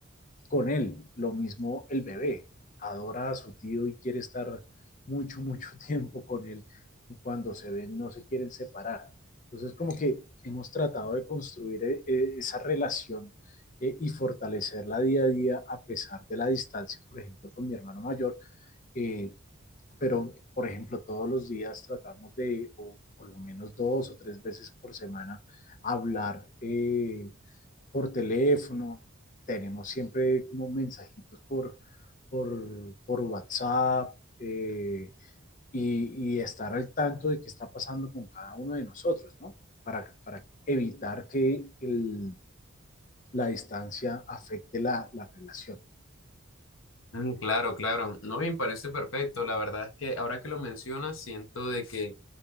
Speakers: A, on the left (about 40°); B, on the left (about 75°).
A: con él. Lo mismo el bebé, adora a su tío y quiere estar mucho, mucho <laughs> tiempo con él. Cuando se ven, no se quieren separar. Entonces, como que hemos tratado de construir eh, eh, esa relación eh, y fortalecerla día a día a pesar de la distancia, por ejemplo, con mi hermano mayor, eh, pero por ejemplo todos los días tratamos de, o por lo menos dos o tres veces por semana, hablar eh, por teléfono, tenemos siempre como mensajitos por, por, por WhatsApp eh, y, y, estar al tanto de qué está pasando con cada uno de nosotros, ¿no? Para, para evitar que el, la distancia afecte la, la relación.
B: Mm, Claro, claro. No, bien, parece perfecto. La verdad es que ahora que lo mencionas, siento de que